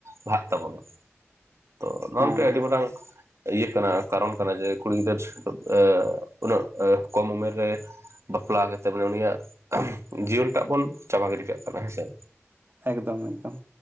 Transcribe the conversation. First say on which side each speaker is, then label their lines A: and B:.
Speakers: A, on the right; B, on the right.
A: ᱞᱟᱦᱟᱜ ᱛᱟᱵᱚᱱᱟ ᱛᱚ ᱱᱚᱣᱟ
B: ᱦᱮᱸ
A: ᱢᱤᱫᱴᱟᱝ
B: ᱦᱮᱸ
A: ᱟᱹᱰᱤ ᱢᱟᱨᱟᱝ ᱤᱭᱟᱹ ᱠᱟᱱᱟ ᱠᱟᱨᱚᱱ ᱠᱟᱱᱟ ᱡᱮ ᱠᱩᱲᱤ ᱜᱤᱫᱟᱹᱨ ᱮᱸ ᱩᱱᱟᱹᱜ ᱠᱚᱢ ᱩᱢᱮᱨ ᱨᱮ ᱵᱟᱯᱞᱟ ᱠᱟᱛᱮᱜ ᱢᱟᱱᱮ ᱩᱱᱤᱭᱟᱜ ᱡᱤᱭᱚᱱ ᱴᱟᱜ ᱵᱚᱱ ᱪᱟᱵᱟ ᱜᱤᱰᱤ ᱠᱟᱜ ᱠᱟᱱᱟ ᱦᱮᱸᱥᱮ᱾
B: ᱮᱠᱫᱚᱢ ᱮᱠᱫᱚᱢ